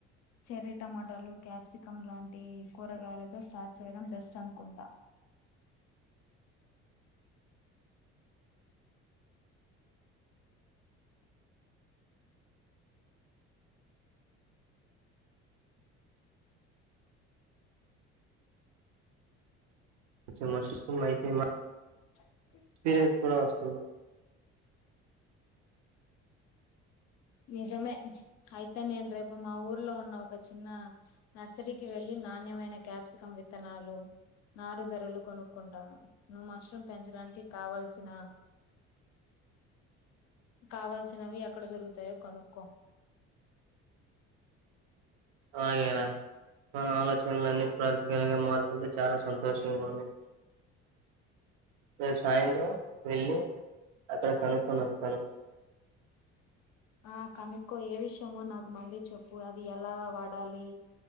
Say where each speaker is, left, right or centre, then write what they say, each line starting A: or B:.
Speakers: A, on the left; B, on the right.
A: చెర్రీ టమాటాలు క్యాప్సికం లాంటి కూరగాయలతో స్టార్ట్ చేయడం బెస్ట్ అనుకుంటా
B: కొంచం మష్ కు మైతే మా
A: చ తీ
B: పీరియన్స్ కూడా వస్తుంది
A: నిజమే అయితే నేను రేపు మా ఊర్లో ఉన్న ఒక చిన్న నర్సరీకి వెళ్ళి నాణ్యమైన క్యాప్సికం విత్తనాలు నారు ధరలు కొనుక్కుంటాను. నువ్ మష్రూమ్ పెంచడానికి కావల్సిన కావాల్సినవి ఎక్కడ దొరుకుతాయో కనుక్కో
B: అకే రా మన ఆలోచనలన్నీ ప్రాక్టికల్‌గా మారుతుంటే చాలా సంతోషంగా ఉంది రేపు సాయంత్రం వెళ్ళి అక్కడ కనుక్కొని వస్తాను
A: ఆ కనుక్కో ఏ విషయమో నాకు మళ్ళీ చెప్పు అది ఎలా వాడాలి